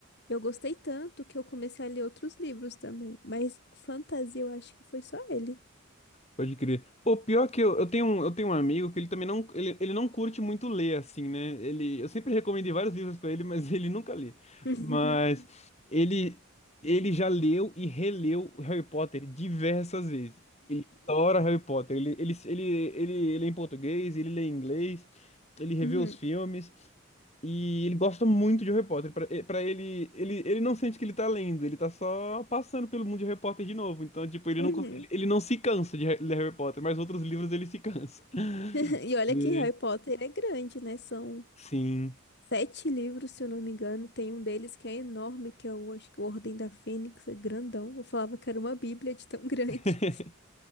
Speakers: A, on the left; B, on the left.
A: Eu gostei tanto que eu comecei a ler outros livros também. Mas fantasia, eu acho que foi só ele.
B: pode crer. Pô, pior que eu, eu tenho um, eu tenho um amigo que ele também não, ele, ele não curte muito ler, assim, né? Ele, eu sempre recomendei vários livros pra ele, mas <laughs> ele nunca lê.
A: <laughs>
B: Mas ele, ele já leu e releu Harry Potter diversas vezes. Ele adora Harry Potter. Ele, ele, ele, ele, ele lê em português, ele lê em inglês, ele revê
A: Uhum,
B: os filmes. E ele gosta muito de Harry Potter. Pra e- pra ele, ele, ele não sente que ele tá lendo, ele tá só passando pelo mundo de Harry Potter de novo. Então, tipo, ele
A: uhum.
B: não, cons- ele ele não se cansa de re- ler Harry Potter, mas outros livros ele se cansa. <laughs>
A: <laughs> E olha
B: E-
A: que Harry Potter é grande, né? São
B: Sim.
A: sete livros, se eu não me engano. Tem um deles que é enorme, que é o, acho que o Ordem da Fênix, é grandão. Eu falava que era uma bíblia de tão <laughs> grande.
B: <laughs>